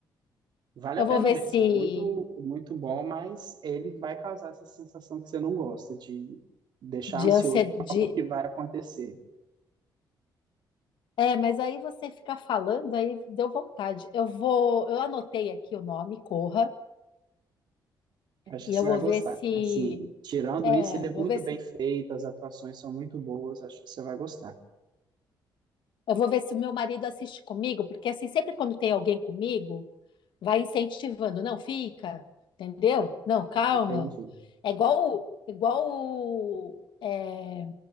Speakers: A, on the right; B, on the left.
A: Vale
B: Eu
A: a pena
B: vou ver
A: ver,
B: se
A: assim, é muito, muito bom, mas ele vai causar essa sensação que você não gosta, de deixar
B: de
A: ansioso
B: ansiedade.
A: por algo que vai acontecer.
B: É, mas aí você ficar falando, aí deu vontade. Eu vou, eu anotei aqui o nome, Corra,
A: Eu acho
B: e
A: que
B: eu
A: você
B: vou
A: vai gostar.
B: ver se,
A: Assim, tirando
B: é,
A: isso, ele é
B: vou
A: muito
B: ver se,
A: bem feito, as atuações são muito boas, acho que você vai gostar.
B: eu vou ver se o meu marido assiste comigo, porque assim, sempre quando tem alguém comigo, vai incentivando, não fica, entendeu? Não, calma.
A: Entendi.
B: É igual, o- igual o, é,